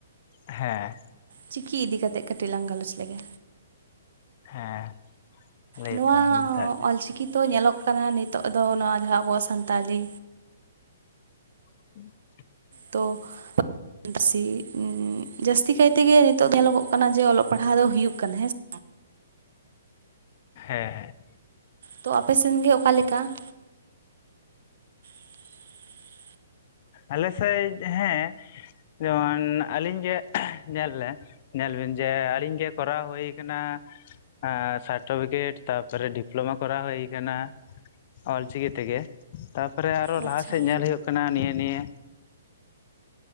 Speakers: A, on the left; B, on the right.
A: ᱦᱮᱸ
B: ᱪᱤᱠᱤ ᱤᱫᱤ ᱠᱟᱛᱮᱫ ᱠᱟᱹᱴᱤᱡ ᱞᱟᱝ ᱜᱟᱞᱚᱪ ᱞᱮᱜᱮ
A: ᱦᱮᱸ ᱞᱟᱹᱭ
B: ᱱᱚᱣᱟ
A: ᱛᱟᱞᱟᱝ ᱢᱮ ᱛᱟᱦᱚᱞᱮ
B: ᱚᱞᱪᱤᱠᱤ ᱛᱚ ᱧᱮᱞᱚᱜ ᱠᱟᱱᱟ ᱱᱤᱛᱚᱜ ᱫᱚ ᱱᱚᱣᱟ ᱡᱟᱦᱟᱸ ᱟᱵᱚᱣᱟᱜ ᱥᱟᱱᱛᱟᱞᱤ
A: ᱦᱩᱜ <inaudible>
B: ᱛᱚ ᱯᱟᱹᱨᱥᱤ ᱡᱟᱹᱥᱛᱤ ᱠᱟᱭ ᱛᱮᱜᱮ ᱱᱤᱛᱚᱜ ᱧᱮᱞᱚᱜᱚᱜ ᱠᱟᱱᱟ ᱡᱮ ᱚᱞᱚᱜ ᱯᱟᱲᱦᱟᱣ ᱫᱚ ᱦᱩᱭᱩᱜ ᱠᱟᱱᱟ ᱦᱮᱸ ᱥᱮ
A: ᱦᱮᱸ ᱦᱮᱸ
B: ᱛᱚ ᱟᱯᱮᱥᱮᱱ ᱜᱮ ᱚᱠᱟᱞᱮᱠᱟ ᱾ <inaudible>
A: ᱟᱞᱮ ᱥᱮᱫ ᱦᱮᱸ ᱡᱮᱢᱚᱱ ᱟᱹᱞᱤᱧ ᱜᱮ ᱧᱮᱞ ᱞᱮ ᱧᱮᱞ ᱵᱤᱱ ᱡᱮ ᱟᱹᱞᱤᱧ ᱜᱮ ᱠᱚᱨᱟᱣ ᱦᱩᱭ ᱠᱟᱱᱟ ᱾ ᱮ ᱥᱟᱨᱴᱤᱚᱯᱷᱤᱠᱮᱴ ᱛᱟᱨᱯᱚᱨᱮ ᱰᱤᱯᱞᱳᱢᱟ ᱠᱚᱨᱟᱣ ᱦᱩᱭ ᱟᱠᱟᱱᱟ ᱾ ᱚᱞᱪᱤᱠᱤ ᱛᱮᱜᱮ ᱛᱟᱯᱚᱨᱮ ᱟᱨᱚ
B: ᱟᱪᱪᱷᱟ
A: ᱞᱟᱦᱟᱟᱥᱮᱫ ᱧᱮᱞ ᱦᱩᱭᱩᱜ ᱠᱟᱱᱟ ᱱᱤᱭᱟᱹ ᱱᱤᱭᱟᱹ